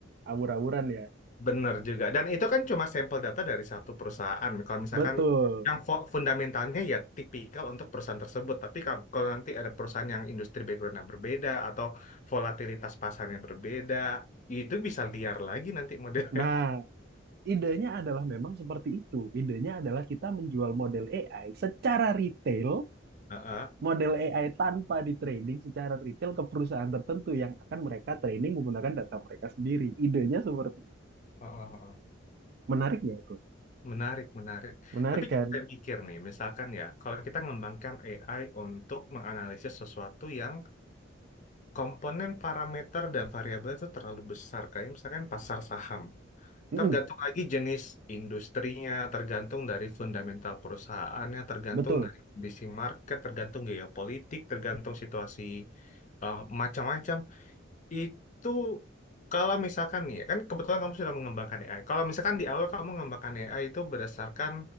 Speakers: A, on the right (about 55°); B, on the left (about 40°).
A: awur-awuran ya.
B: Bener juga. Dan itu kan cuma sampel data dari satu perusahaan. Kalau misalkan
A: Betul.
B: yang fo- fundamentalnya ya tipikal untuk perusahaan tersebut. Tapi kam- kalau nanti ada perusahaan yang industri backgroundnya berbeda atau volatilitas pasarnya berbeda, itu bisa liar lagi nanti modelnya.
A: Nah, idenya adalah memang seperti itu. Idenya adalah kita menjual model AI secara retail
B: <laughs> Heeh.
A: model AI tanpa di training secara retail ke perusahaan tertentu yang akan mereka training menggunakan data mereka sendiri. Idenya seperti
B: Heeh, heeh.
A: menarik nggak tuh?
B: Menarik, menarik.
A: Menarik
B: Tapi
A: kan?
B: jadi saya mikir nih, misalkan ya, kalau kita mengembangkan AI untuk menganalisis sesuatu yang komponen parameter dan variabel itu terlalu besar, kayak misalkan pasar saham.
A: Mm-mm,
B: Tergantung lagi jenis industrinya, tergantung dari fundamental perusahaannya, tergantung
A: betul,
B: dari kondisi market, tergantung geopolitik, tergantung situasi eh, macam-macam. Itu kalau misalkan nih, ya, kan kebetulan kamu sudah mengembangkan AI. Kalau misalkan di awal kamu mengembangkan AI itu berdasarkan